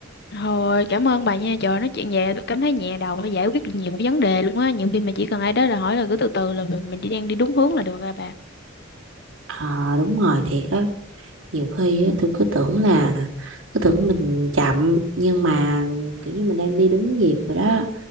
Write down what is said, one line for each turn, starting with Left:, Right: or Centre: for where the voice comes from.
Left: Thôi cảm ơn bà nha, trời nói chuyện về tôi cảm thấy nhẹ đầu và giải quyết được nhiều cái vấn đề luôn á, nhiều khi mà chỉ cần ai đó là hỏi là cứ từ từ là mình mình đi đang đi đúng hướng là được rồi bà.
Right: Ờ đúng rồi thiệt á nhiều khi á, tôi cứ tưởng là cứ tưởng mình chậm nhưng mà kiểu như mình đang đi đúng nhịp rồi đó